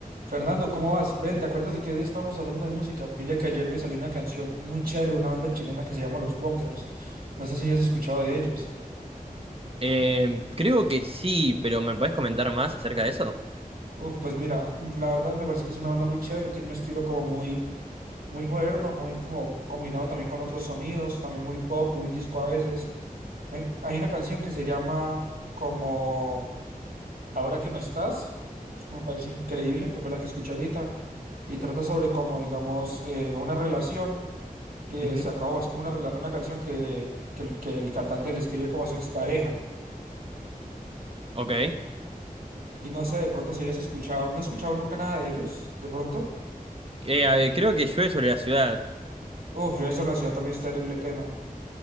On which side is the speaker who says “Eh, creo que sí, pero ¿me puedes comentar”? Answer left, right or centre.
Right